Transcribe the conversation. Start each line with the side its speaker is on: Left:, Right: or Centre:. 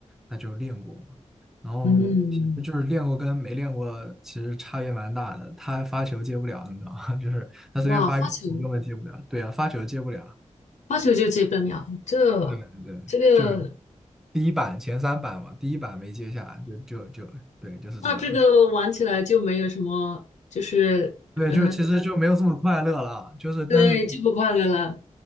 Centre: 他就练过嘛，然后其实就是练过跟没练过其实差别蛮大的，
Left: 嗯，
Centre: 他发球接不了，你知道吗？<laughs> 就是他随便发一个我根本接不了，
Left: 哇，发球
Centre: 对啊，发球接不了，
Left: 发球就接不了，这这个
Centre: 对对对，就是第一板前三板嘛，第一板没接下就就就对，就是这样。
Left: 那这个玩起来就没有什么就是呃。
Centre: 对，就是其实就没有这么快乐了，就是但是
Left: 对，就不快乐了。